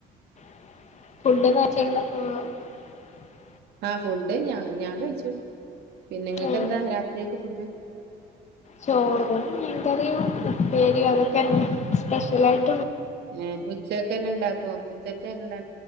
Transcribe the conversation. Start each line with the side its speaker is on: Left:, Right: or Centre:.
Left: <unintelligible> <unintelligible>
Right: ആ ഫുഡ് ഞാ ഞാൻ കഴിച്ചു നിങ്ങക്കെന്താ
Left: ആഹ്
Right: രാത്രിയൊക്കെ ഫുഡ്
Left: ചോറും മീൻ കറിയും ഉപ്പേരി.. അതൊക്കെയുണ്ട് സ്പെഷ്യൽ ആയിട്ട്
Right: ഏഉച്ചക്ക് തന്നെ ഉണ്ടാക്കോ ഉച്ചക്ക് തന്നെ